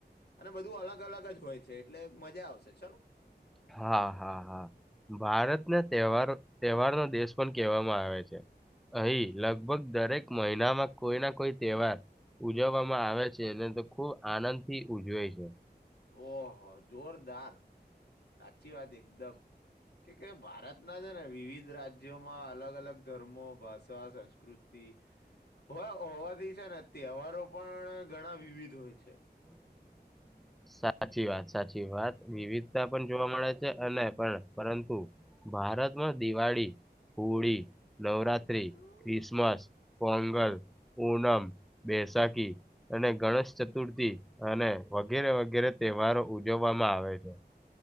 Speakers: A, on the left (about 65°); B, in the centre.
A: અને બધું અલગ-અલગ જ હોય છે. એટલે મજા આવશે ચલો.
B: હા, હા, હા. ભારતને તહેવાર-તહેવારનો દેશ પણ કહેવામાં આવે છે. અહીં લગભગ દરેક મહિનામાં કોઈ ના કોઈ તહેવાર ઉજવવામાં આવે છે. એટલે તો ખુબ આનંદ થી ઉજવે છે.
A: ઓહ જોરદાર સાચી વાત એકદમ કે કે ભારત આપણા છે ને વિવિધ રાજ્યોમાં અલગ-અલગ ધર્મો, ભાષા, સંસ્કૃતિ, હા હોવાથી છે ને તહેવારો પણ ઘણા વિવિધ હોય છે.
B: <inaudible> સાચી વાત સાચી વાત વિવિધતા પણ જોવા મળે છે અને પણ પરંતુ ભારતમાં દિવાળી, હોળી, નવરાત્રી,
A: હમ.
B: ક્રિસમસ. કોંગલ, ઉનમ, બેસાખી અને ગણેશ ચતુર્થી અને વગેરે વગેરે તહેવારો ઉજવવામાં આવે છે.